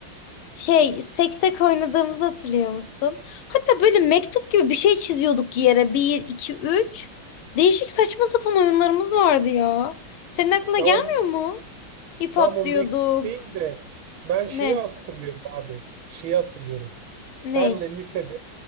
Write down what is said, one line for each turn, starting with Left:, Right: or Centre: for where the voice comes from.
Left: Şey, seksek oynadığımızı hatırlıyor musun? Hatta böyle mektup gibi bir şey çiziyorduk yere. Bir, iki, üç. Değişik saçma sapan oyunlarımız vardı ya. Senin aklına
Right: Ya
Left: gelmiyor
Right: o
Left: mu? İp
Right: Tam
Left: atlıyorduk.
Right: o mektup değil de ben şeyi
Left: Ne?
Right: hatırlıyorum abi. Şeyi hatırlıyorum. Sen
Left: Ney?
Right: de lisede